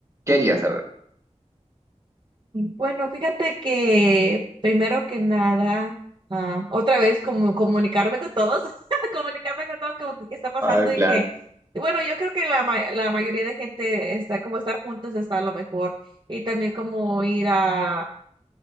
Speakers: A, on the right; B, on the right.
A: ¿Qué harías? A ver.
B: Bueno, fíjate que primero que nada, ah, otra vez como comunicarme con todos, <laughs> comunicarme con todos como que qué está pasando
A: Ah, claro.
B: y que, y bueno, yo creo que la, ma- la mayoría de gente está como estar juntos está a lo mejor y también como ir a,